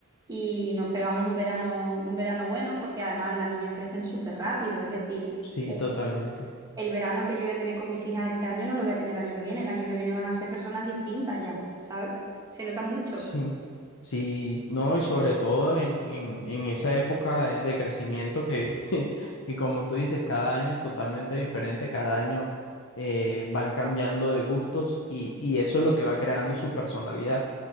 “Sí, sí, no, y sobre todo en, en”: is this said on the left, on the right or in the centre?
Left